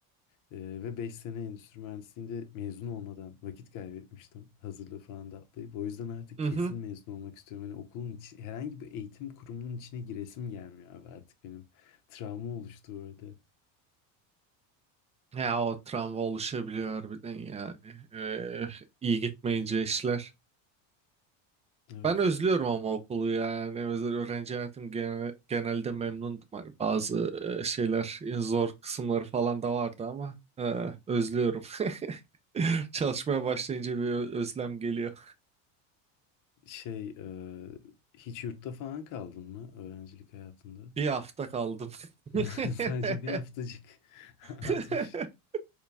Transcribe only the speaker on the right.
Mhm.
Ya o travma oluşabiliyor harbiden yani. Ee, iyi gitmeyince işler.
Ben özlüyorum ama okulu yani. Özel öğrenci hayatım gene- genelde memnundum. Hani bazı e, şeyler e, zor kısımları falan da vardı ama e, özlüyorum. <laughs> Çalışmaya başlayınca bir ö- özlem geliyor.
Bir hafta kaldım. <laughs>
<laughs>